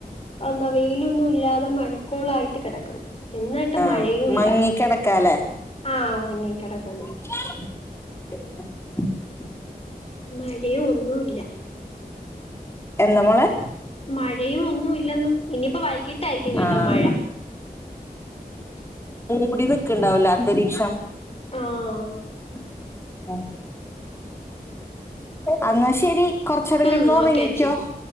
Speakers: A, on the left (about 40°); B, on the left (about 15°).
A: അതെന്താ വെയിലൊന്നും ഇല്ലാതെ മഴക്കോളായിട്ട് കിടക്കുന്നു എന്നായിട്ട്
B: ആ
A: മഴയും ഇല്ല
B: മങ്ങിക്കിടക്കാല്ലേ
A: ആ മങ്ങി കിടക്ക്ന്ന്
B: <inaudible>
A: മഴയും ഒന്നുല്ല
B: എന്താ മോളെ
A: മഴയും ഒന്നുംല്ലെന്ന് ഇനിയിപ്പോ വൈകിട്ടായിരിക്കും കേട്ടോ
B: ആഹ്
A: മഴ
B: മൂടി നിക്കണ്ടാവലേ അന്തരീക്ഷം
A: ആഹ്
B: <inaudible> അന്നാ ശെരി കൊറച്ച് നേരം
A: ഉം
B: കിടന്ന് ഉറങ്ങിക്കോ
A: ഓക്കേച്ചി